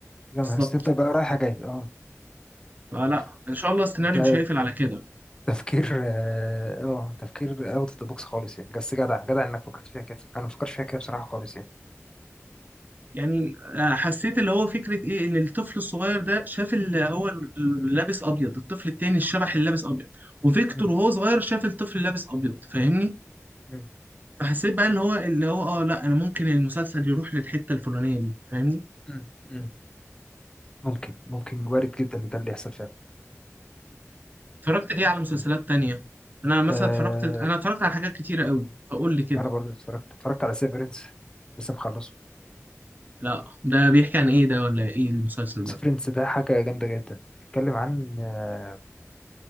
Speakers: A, on the left; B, on the right.
A: يا نهار
B: بالظبط
A: أسود، تفضل بقى رايحة جاي اه
B: فلا
A: اوف
B: ان شاء الله السيناريو
A: انت
B: مش هيقفل على كده
A: تفكير اه آه، تفكير اوت اوف ذا بوكس خالص يعني بس جدع جدع انك فكرت فيها كده انا ما فكرتش فيها كده بصراحه خالص يعني
B: يعني آه، حسيت اللي هو فكره ايه ان الطفل الصغير ده شاف اللي هو ال- ال- لابس ابيض الطفل التاني الشبح اللي لابس ابيض وفيكتور
A: مم.
B: وهو صغير شاف الطفل اللي لابس ابيض فاهمني
A: مم.
B: فحسيت بقى ان هو اللي هو اه لا انا ممكن المسلسل يروح للحته الفلانيه دي فاهمني
A: مم. مم. ممكن ممكن وارد جدا ان ده اللي يحصل فعلا
B: اتفرجت ايه على مسلسلات تانية انا مثلا
A: أه
B: اتفرجت انا اتفرجت على حاجات كتيرة قوي فقول لي كده
A: انا برضه اتفرجت اتفرجت على سيفرنس لسه مخلصه
B: لا ده بيحكي عن ايه ده ولا ايه المسلسل ده
A: سيفرنس ده حاجه جامده جدا بيتكلم عن آه،